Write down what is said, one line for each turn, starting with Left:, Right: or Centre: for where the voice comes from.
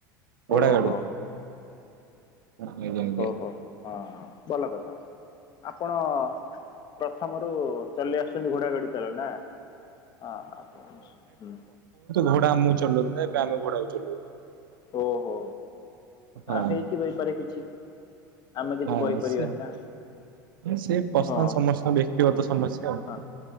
Right: ଘୋଡ଼ା
Left: ଓହୋ
Right: ଗାଡ଼ି ଜାଣନେଇ କେମିତିକା।
Left: ଓହୋ ହଁ ଭଲ କଥା ଆପଣ ପ୍ରଥମରୁ ଚଲେଇ ଆସୁଚନ୍ତି ଘୋଡ଼ା ଗଡ଼ି ତାହେଲେ ନାଁ ହଁ ଆପଣ ସ୍ ହୁଁ।
Right: ଘୋଡ଼ା ଆମୁକୁ ଚଲଉଥୁଲା ଏବେ ଆମେ ଘୋଡ଼ାକୁ ଚଲଉ।
Left: ଓହୋ
Right: ହଁ
Left: ଆ ହେଇଥିବ ଏଇପାରେ କିଛି। ଆମେ କିଛି
Right: ହଁ
Left: କହିପାରିବାନି
Right: ସେ
Left: ନା
Right: ସେ ପର୍ସନାଲ୍
Left: ହଁ।
Right: ସମସ୍ତ ବ୍ୟକ୍ତିଗତ ସମସ୍ୟା ଆଉ।
Left: ହଁ